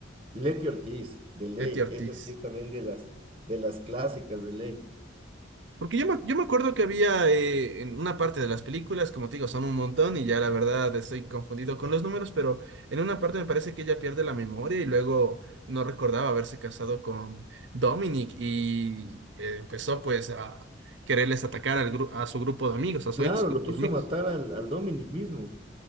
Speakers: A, on the right (about 30°); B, on the right (about 65°).
A: Leti Ortiz, de ley,
B: Leti Ortiz.
A: esa sí es también de las, de las clásicas de ley.
B: Porque yo me, yo me acuerdo que había eh, en una parte de las películas, como te digo, son un montón y ya la verdad estoy confundido con los números, pero en una parte me parece que ella pierde la memoria y luego no recordaba haberse casado con Dominic y eh, empezó pues a quererles atacar al gru- a su grupo de amigos, a su
A: Claro,
B: ex grupo
A: lo quiso
B: de amigos.
A: matar al, al Dominic mismo.